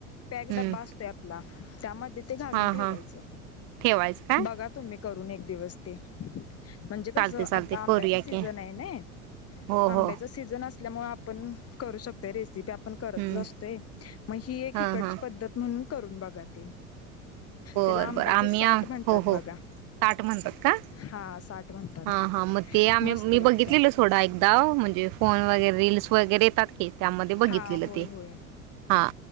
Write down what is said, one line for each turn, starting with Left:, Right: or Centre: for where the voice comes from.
Left: पॅक
Right: हम्म
Left: डब्बा असतोय आपला त्यामध्ये ते घालून
Right: हा
Left: ठेवायचं.
Right: हा ठेवायचं काय
Left: बगा तुम्ही करून एक दिवस ते. म्हंजे कसं
Right: चालते चालते
Left: आता
Right: करूया
Left: आंब्याच सीझन
Right: की
Left: हाय नाही
Right: हो
Left: आंब्याच
Right: हो
Left: सी सीझन असल्यामुळ आपनं करू शक तोय रेसिपी आपन करतच
Right: हम्म
Left: असतोय मग ही एक
Right: हा
Left: हिकडची
Right: हा
Left: पद्धत म्हणून करून बघा ते.
Right: बरं
Left: त्याला आंब्याचं
Right: बर आम्ही
Left: साठ
Right: आ
Left: म्हणतात
Right: हो हो
Left: बघा
Right: ताट म्हणतात का
Left: हा साठ म्हणतात
Right: हां हां मते आम्ही
Left: मस्त लागते
Right: मी बघितलेलं सोडा एकदा म्हंजे फोन वगैरे रील्स वगैरे येतात की त्यामध्ये बघितलेलं
Left: हा होय
Right: ते.
Left: होय
Right: हां